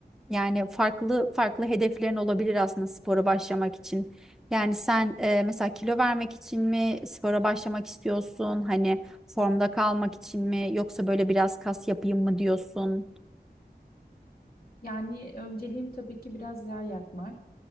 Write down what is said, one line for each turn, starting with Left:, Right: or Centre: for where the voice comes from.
Centre: yani farklı farklı hedeflerin olabilir aslında spora başlamak için. Yani sen e, mesela kilo vermek için mi spora başlamak istiyorsun? Hani formda kalmak için mi? Yoksa böyle biraz kas yapayım mı diyorsun?
Left: Yani önceliğim tabii ki biraz yağ yakmak.